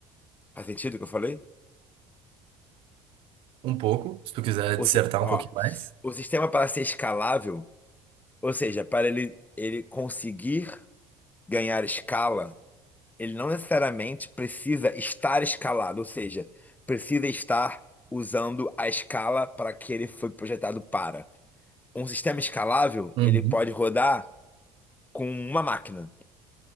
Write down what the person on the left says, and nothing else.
Faz sentido o que eu falei?
O,
si- ó,
o sistema para ser escalável, ou seja, para ele, ele conseguir ganhar escala, ele não necessariamente precisa estar escalado, ou seja, precisa estar usando a escala para que ele foi projetado para. Um sistema escalável,
ele pode rodar com uma máquina.